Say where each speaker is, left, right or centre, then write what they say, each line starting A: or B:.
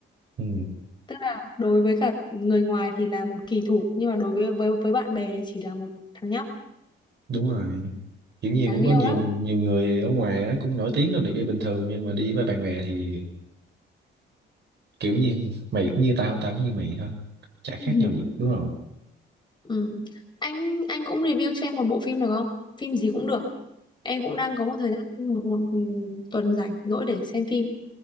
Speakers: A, on the right; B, on the left.
A: Ừ.
B: tức là đối với cả người ngoài thì là một kỳ thủ nhưng mà đối với với với bạn bè chỉ là một thằng nhóc
A: đúng rồi kiểu như
B: đáng
A: cũng có
B: yêu
A: nhiều
B: lắm
A: nhiều người ở ngoài á, cũng nổi tiếng đâu này kia bình thường nhưng mà đi với bạn bè thì kiểu như mày cũng như tao tao cũng như mày thôi chả
B: <laughs>
A: khác nhau gì đúng không
B: Ừ. Anh anh cũng review cho em một bộ phim được không? Phim gì cũng được. Em cũng đang có một thời gian một một ừ, tuần rảnh rỗi để xem phim.